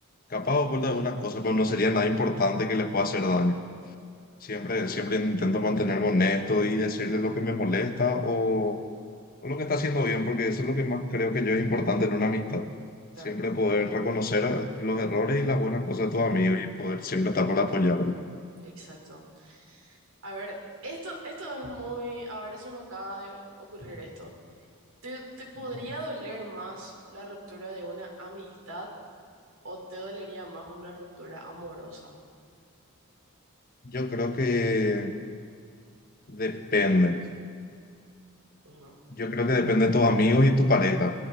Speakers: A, on the left; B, on the right.
A: capaz oculta algunas cosas, pero no sería nada importante que les pueda hacer daño. Siempre, siempre intento mantenerme honesto y decirle lo que me molesta o, o lo que está haciendo bien, porque eso es lo que más creo que yo es importante en una amistad.
B: Claro,
A: Siempre poder reconocer eh, los errores y las buenas cosas de tus amigos y poder siempre estar para apoyarle.
B: exacto. A ver, esto, esto es muy, ahora se me acaba de ocurrir esto. ¿Te, te podría
A: Ujú.
B: doler más la ruptura de una amistad o te dolería más una ruptura amorosa?
A: Yo creo que depende.
B: Ujú,
A: Yo creo que depende de tus amigos y tu pareja.